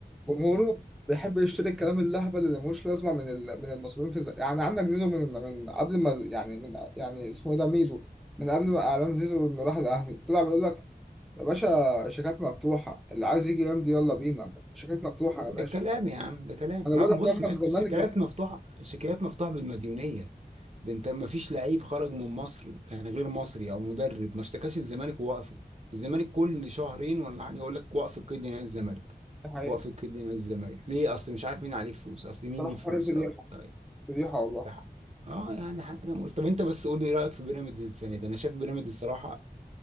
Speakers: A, in the centre; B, on the right.
A: جمهوره بيحب يشتري الكلام اللهبل اللي ملوش لازمة من ال- من المسؤولين في الز... يعني عندك زيزو من من قبل ما يعني من يعني اسمه إيه ده ميدو من قبل ما إعلان زيزو إنه راح الأهلي طلع بيقول لك يا باشا شيكات مفتوحة اللي عايز يجي يمضي يلا بينا شيكات مفتوحة يا باشا
B: ده كلام يا عم ده كلام
A: انا
B: ما
A: بقول لك
B: بص
A: يا احمد
B: ما
A: الزمالك
B: الشيكالات
A: ده
B: مفتوحة الشيكالات مفتوحة بالمديونية ده انت ما فيش لعيب خرج من مصر كان غير مصري او مدرب ما اشتكاش الزمالك ووقفه الزمالك كل شهرين ولا حاجة يقول لك وقف القيد نادي الزمالك
A: ده حقيقة
B: وقف القيد نادي الزمالك ليه اصل مش عارف مين عليه فلوس اصل مين
A: بصراحه
B: ليه فلوس
A: فريق فضيحه
B: او طيب،
A: فضيحه والله
B: ده حق. اه يعني حاجة مقول. طب انت بس قول لي رأيك في بيراميدز السنة دي انا شايف بيراميدز الصراحة